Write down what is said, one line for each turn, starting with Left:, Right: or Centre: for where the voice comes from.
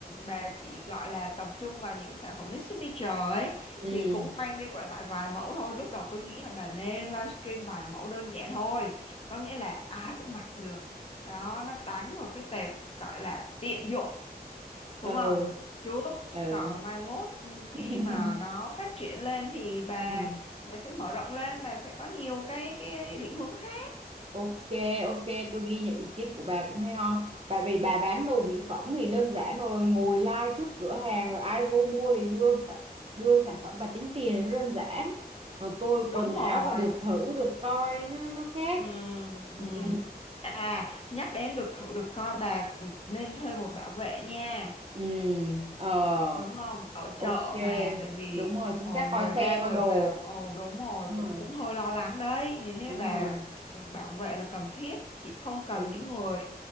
Left: bà chỉ gọi là tập trung vào những sản phẩm niche signature ấy
Right: Ừ.
Left: thì cũng quanh đi quẩn lại vài mẫu thôi. Lúc đầu tôi nghĩ là bà nên livestream vài mẫu đơn giản thôi. Có nghĩa là ai cũng mặc được. Đó nó đánh vào cái tệp gọi là tiện dụng
Right: Ừ.
Left: đúng không? Trước
Right: Ừ.
Left: còn mai mốt ừ, khi
Right: <laughs>
Left: mà nó phát triển lên thì bà
Right: Ừ.
Left: bà sẽ mở rộng lên bà sẽ có nhiều cái cái định hướng khác.
Right: Ok, ok, tôi ghi nhận ý kiến của bà cũng hay ho. Tại vì bà bán đồ mỹ phẩm thì đơn giản rồi, ngồi live trước cửa hàng rồi ai vô mua thì đưa sản- đưa sản phẩm và tính tiền nó đơn giản. Còn tôi
Left: Đúng
Right: quần
Left: rồi.
Right: áo phải được thử, được coi nó nó khác.
Left: Ừ,
Right: Ừ.
Left: ừ. À, nhắc đến được thử được coi bà nên thuê một bảo vệ nha.
Right: Ừ. Ừ, Ờ.
Left: Đúng không? Ở chợ
Right: ok
Left: mà tại vì
Right: đúng rồi chính
Left: ờ,
Right: xác
Left: người
Right: coi
Left: ra
Right: xe
Left: người
Right: coi đồ
Left: vào. Ồ đúng rồi,
Right: đúng
Left: cũng
Right: rồi
Left: cũng hơi lo lắng đấy. Nên thế
Right: đúng
Left: bà
Right: rồi
Left: ừ, bảo vệ là cần thiết, chị không cần
Right: đúng
Left: những người